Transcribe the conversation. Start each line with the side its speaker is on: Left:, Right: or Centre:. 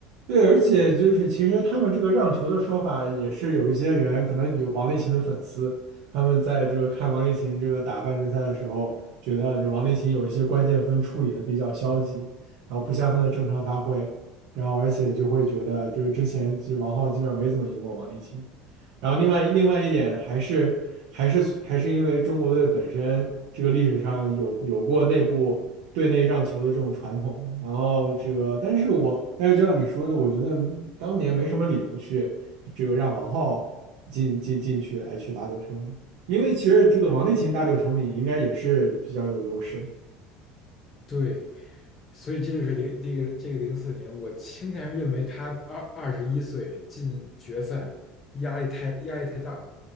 Right: 对，而且就是其实他们这个让球的说法，也是有一些人可能有王励勤的粉丝，他们在这个看王励勤这个打半决赛的时候，觉得就王励勤有一些关键分处理的比较消极，然后不像他的正常发挥，然后而且就会觉得这个之前其实王皓基本上没怎么赢过王励勤，然后另外另外一点还是还是还是因为中国队本身这个历史上有有过内部。队内让球的这种传统。然后这个，但是我但是就像你说的，我觉得当年没什么理由去这个让王皓进进进去来去打柳成敏，因为其实这个王励勤打柳成敏应该也是比较有优势的，
Left: 对，所以这就是零这个这个零四年，我倾向于认为他二二十一岁进决赛压力太压力太大了。